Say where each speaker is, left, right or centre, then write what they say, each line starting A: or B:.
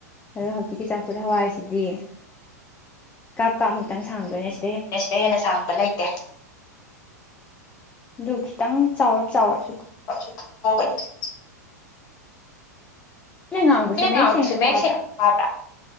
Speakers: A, on the left; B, on the left.
A: ꯑꯗꯨꯒ ꯍꯧꯖꯤꯛꯀꯤ ꯆꯝꯐꯨꯠ ꯍꯋꯥꯏꯁꯤꯗꯤ ꯀꯥꯞ ꯀꯥꯞꯃꯨꯛꯇꯪ ꯁꯥꯡꯗꯣꯏꯅꯦ ꯁꯤ
B: ꯅꯦ ꯁꯤꯗꯩ ꯍꯦꯟꯅ ꯁꯥꯡꯕ ꯂꯩꯇꯦ
A: ꯑꯗꯨ ꯈꯤꯇꯪ ꯆꯥꯎꯔꯞ ꯆꯥꯎꯔꯞꯁꯨ
B: <unintelligible>
A: ꯉꯥꯡꯕꯁꯦ
B: ꯑꯩꯅ ꯉꯥꯡꯕꯁꯦ
A: ꯁꯦꯡꯅ ꯇꯥꯕ꯭ꯔꯥ
B: ꯃꯌꯦꯛ ꯁꯦꯡ ꯇꯥꯕ꯭ꯔꯥ